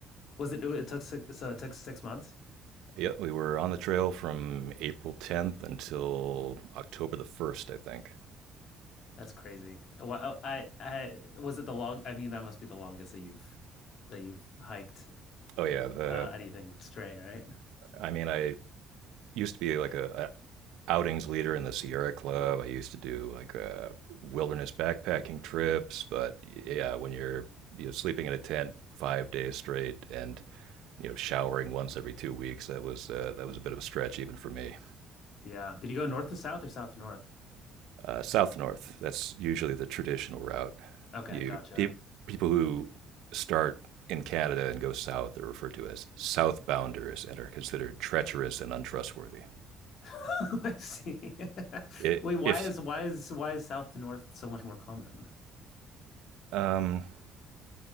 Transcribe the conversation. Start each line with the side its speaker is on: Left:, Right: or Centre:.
Left: Was it it took six, so it took six months?
Right: Yeah, we were on the trail from April 10th until October the 1st, I think.
Left: That's crazy. Well, I I was it the long I mean that must be the longest that you've that you've hiked
Right: Oh yeah, the
Left: uh anything straight, right?
Right: I mean I used to be like a, a outings leader in the Sierra Club. I used to do like uh, wilderness backpacking trips, but yeah, when you're you know sleeping in a tent 5 days straight and you know showering once every 2 weeks, that was uh, that was a bit of a stretch even for me.
Left: Yeah. Did you go north to south or south to north?
Right: uh, south north. That's usually the traditional route.
Left: Okay,
Right: You
Left: gotcha.
Right: pe- people who start in Canada and go south are referred to as southbounders and are considered treacherous and untrustworthy.
Left: <laughs> I see. <laughs>
Right: It,
Left: Wait, why
Right: if
Left: is why is why is south to north so much more common?
Right: um,